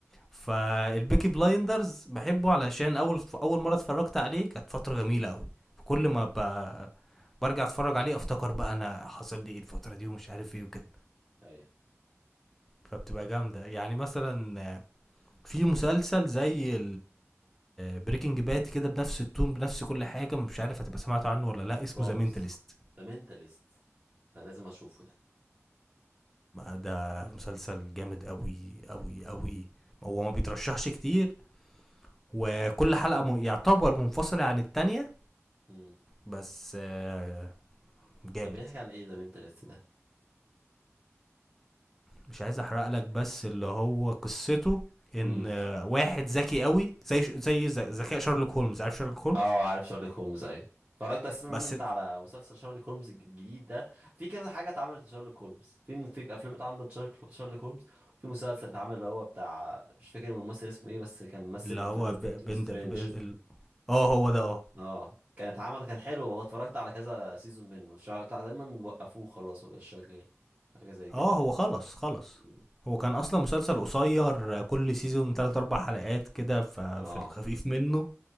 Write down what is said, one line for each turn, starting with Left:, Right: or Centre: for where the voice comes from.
Centre: فالبيكي بلايندرز بحبه علشان أول أول مرة اتفرجت عليه كانت فترة جميلة أوي فكل
Right: امم
Centre: ما ب... برجع أتفرج عليه أفتكر بقى أنا حصل لي إيه الفترة دي ومش عارف إيه وكده
Right: ايوه
Centre: فبتبقى جامدة يعني مثلا في مسلسل زي بريكنج باد كده بنفس التون بنفس كل حاجه مش عارف هتبقى سمعت عنه ولا لا
Right: سوبرانوس
Centre: اسمه ذا مينتاليست
Right: ده منتاليست انا لازم اشوفه ده
Centre: ده مسلسل جامد قوي قوي قوي هو ما بيترشحش كتير وكل حلقه م- يعتبر منفصله عن التانية
Right: امم
Centre: بس آه، جامد
Right: طب بيحكي عن ايه ده منتاليست ده
Centre: مش عايز احرق لك بس اللي هو قصته ان
Right: امم
Centre: آه، واحد ذكي قوي زي ش- زي ذ- ذكاء شارلوك هولمز عارف شارلوك هولمز
Right: اه عارف شارلوك هولمز ايوه اتفرجت اصلا
Centre: بس
Right: انت على مسلسل شارلوك هولمز الج- الجديد ده في كذا حاجه اتعملت لشارلوك هولمز في في افلام اتعملت شارلوك شارلوك هولمز وفي مسلسل اتعمل اللي هو بتاع مش فاكر الممثل اسمه ايه بس كان ممثل
Centre: اللي هو
Right: فيلم
Centre: ب-
Right: دكتور
Centre: بند
Right: سترينج
Centre: ب- ال- اه هو ده اه
Right: اه كان اتعمل كان حلو والله اتفرجت على كذا سيزون منه شا- تقريبا وقفوه خلاص ما بقاش شغال حاجه زي كده
Centre: اه هو خلص خلص
Right: مم.
Centre: هو كان اصلا مسلسل قصير كل سيزون 3 4 حلقات كده ف- في
Right: اه
Centre: الخفيف منه